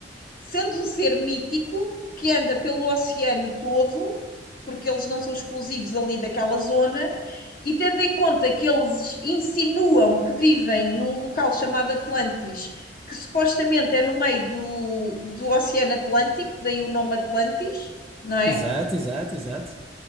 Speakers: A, on the left; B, in the centre.
A: sendo um ser mítico que anda pelo oceano todo, porque eles não são exclusivos ali daquela zona, e tendo em conta que eles insinuam que vivem num local chamado Atlantis, que supostamente é no meio do, do Oceano Atlântico, daí o nome Atlantis, não é?
B: Exato, exato, exato.